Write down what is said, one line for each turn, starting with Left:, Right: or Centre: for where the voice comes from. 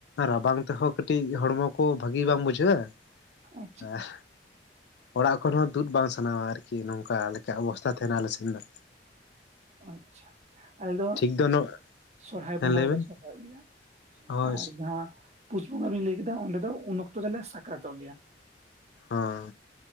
Left: ᱨᱟᱵᱟᱝ ᱛᱮᱦᱚᱸ ᱠᱟᱹᱴᱤᱡ ᱦᱚᱲᱢᱚ ᱠᱚ ᱵᱷᱟᱹᱜᱤ ᱵᱟᱝ ᱵᱩᱡᱷᱟᱹᱜ-ᱟ
Right: ᱟᱪᱪᱷᱟ
Left: ᱟᱨ ᱚᱲᱟᱜ ᱠᱷᱚᱱ ᱦᱚᱸ ᱛᱩᱫ ᱵᱟᱝ ᱥᱟᱱᱟᱣᱟ ᱟᱨᱠᱤ ᱱᱚᱝᱠᱟ ᱞᱮᱠᱟ ᱚᱵᱚᱥᱛᱟ ᱛᱟᱦᱮᱱᱟ ᱟᱞᱮ ᱥᱮᱱ ᱫᱚ᱾
Right: ᱟᱪᱷᱟ ᱟᱞᱮ ᱫᱚ
Left: ᱴᱷᱤᱠ ᱱᱚᱜ
Right: ᱥᱚᱨᱦᱟᱭ ᱵᱚᱸᱜᱟ
Left: ᱦᱮᱸ ᱞᱟᱹᱭ
Right: ᱜᱮᱞᱮ
Left: ᱵᱮᱱ
Right: ᱥᱚᱨᱦᱟᱭᱚᱜ ᱜᱮᱭᱟ᱾
Left: ᱦᱳᱭ
Right: ᱟᱨ ᱡᱟᱦᱟᱸ ᱯᱩᱥ ᱵᱚᱸᱜᱟ ᱵᱤᱱ ᱞᱟᱹᱭ ᱠᱮᱫᱟ ᱚᱸᱰᱮ ᱫᱚ ᱩᱱ ᱚᱠᱛᱚ ᱫᱚᱞᱮ ᱥᱟᱠᱨᱟᱛᱚᱜ ᱜᱮᱭᱟ᱾
Left: ᱦᱚᱸ᱾